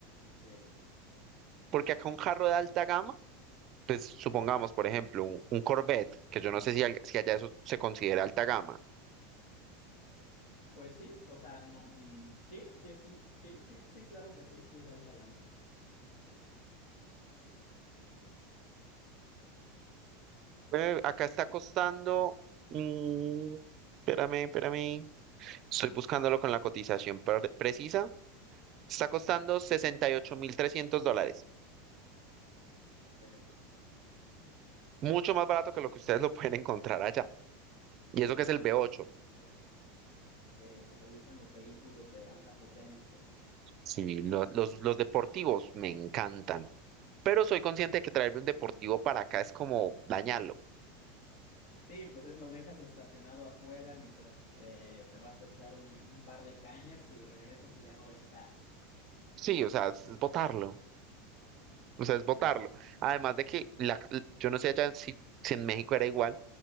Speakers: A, on the left (about 55°); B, on the right (about 30°).
A: Sí.
B: porque acá un carro de alta gama, pues supongamos, por ejemplo, un, un Corvette, que yo no sé si, al- si allá eso se considera alta gama,
A: Pues sí, o sea, no, mm, sí, sí, es un, sí, sí, sí, claro que sí, sí es de alta gama.
B: eh, acá está costando... mm, espérame, espérame. Estoy buscándolo con la cotización per- precisa. Está costando 68.300 dólares.
A: Ok.
B: Mucho más barato que lo que ustedes lo pueden encontrar allá. Y
A: Sí,
B: eso que
A: no,
B: es el B8.
A: eso es muy cierto. Ok, o sea, te gustan los vehículos de alta potencia.
B: Sí, lo- los, los deportivos me encantan. Pero soy consciente de que traerme un deportivo para acá es como dañarlo.
A: Sí, pues es lo dejas estacionado afuera mientras eh, te vas a echar un, un par de cañas y regresas y ya no va a estar.
B: Sí, o sea, es, es botarlo. O sea, es botarlo.
A: Sí.
B: Además de que la- l- yo no sé allá si, si en México era igual,